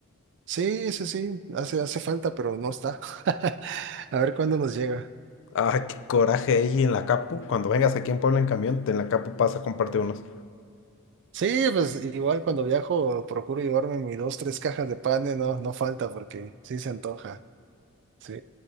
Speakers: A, on the right; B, on the left.
A: Sí, sí, sí, hace, hace falta, pero no está. <laughs> A ver cuándo nos llega.
B: Ah, qué coraje ahí en la Capu. Cuando vengas aquí en Puebla en camión, en la Capu pasa a comprarte unos.
A: Sí, pues igual cuando viajo procuro llevarme mis dos, tres cajas de pan, eh, no, no falta porque sí se antoja. Sí.